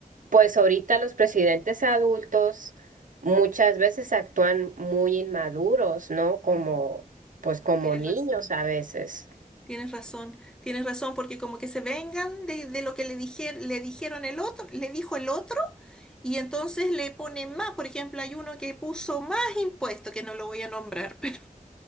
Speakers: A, on the right; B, in the centre.
A: pues ahorita los presidentes adultos muchas veces actúan muy inmaduros, ¿no? Como,
B: Mm.
A: pues como
B: tienes
A: niños
B: razón.
A: a veces.
B: Tienes razón, tienes razón, porque como que se vengan de, de lo que le dije- le dijeron el otro, le dijo el otro, y entonces le ponen más. Por ejemplo, hay uno que puso más impuestos, que no lo voy a nombrar, <laughs> pero